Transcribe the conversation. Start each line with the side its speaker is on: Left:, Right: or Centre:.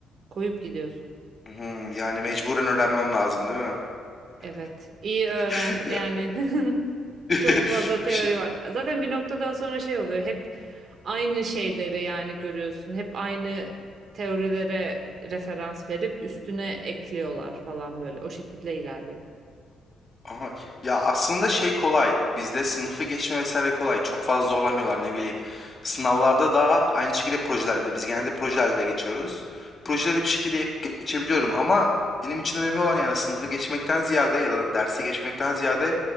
Right: koyup gidiyorsun.
Left: Hımm, yani mecburen öğrenmem lazım değil mi?
Right: Evet, iyi
Left: <laughs>
Right: öğren
Left: Ya
Right: yani <laughs>
Left: <laughs>
Right: çok fazla
Left: bir
Right: teori
Left: şey
Right: var. Zaten bir noktadan sonra şey oluyor. Hep aynı şeyleri yani görüyorsun. Hep aynı teorilere referans verip üstüne ekliyorlar falan böyle. O şekilde ilerliyor.
Left: Aha, ya aslında şey kolay. Bizde sınıfı geçme vesaire kolay. Çok fazla zorlamıyorlar ne bileyim. Sınavlarda da aynı şekilde projelerde de. Biz genelde projelerde geçiyoruz. Projeleri bir şekilde yapıp geçebiliyorum ama benim için önemli olan yani sınıfı geçmekten ziyade ya da dersi geçmekten ziyade